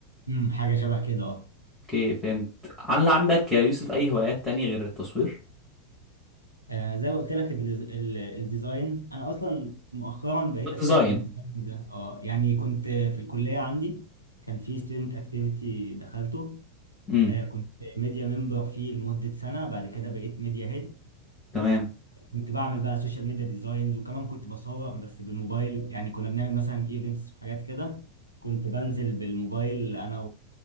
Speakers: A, on the right (about 90°); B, in the centre.
A: مم، حاجة شبه كده اه
B: اوكي فهمت هل عندك يا يوسف اي هوايات تانية غير التصوير؟
A: آه، زي ما قلت لك ال- ال- الديزاين أنا أصلا مؤخرا بقيت
B: والديزاين
A: أستخدم الديزاين ده اه يعني كنت في الكلية عندي كان في ستودنت أكتيفيتي دخلته
B: امم
A: آه، كنت ميديا ممبر فيه لمدة سنة بعد كده بقيت ميديا هيد
B: تمام
A: كنت بعمل بقى سوشيال ميديا ديزاينز وكمان كنت بصور بس بالموبايل يعني كنا بنعمل مثلا ايفنتس وحاجات كده كنت بنزل بالموبايل انا